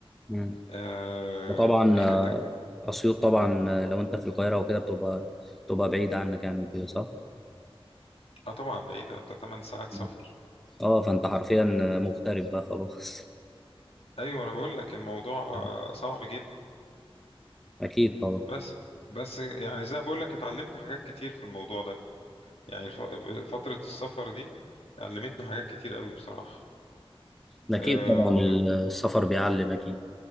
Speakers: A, in the centre; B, on the left.
A: مم.
B: آه
A: وطبعا
B: كانت
A: آه،
B: تج-
A: اسيوط طبعا آه، لو انت في القاهره وكده بتبقى بتبقى بعيده عنك يعني وكده صح؟
B: آه طبعا بعيد ده 8 ساعات سفر
A: مم. اه فانت حرفيا آه، مغترب بقى خلاص
B: أيوة أنا بقول لك الموضوع آه،
A: <laughs>
B: صعب جدا
A: اكيد طبعا
B: بس بس يعني زي ما بقول لك اتعلمت حاجات كتير في الموضوع ده يعني الف- فترة السفر دي علمتني حاجات كتير قوي بصراحة
A: اكيد
B: أه
A: طبعا
B: و-
A: السفر بيعلم اكيد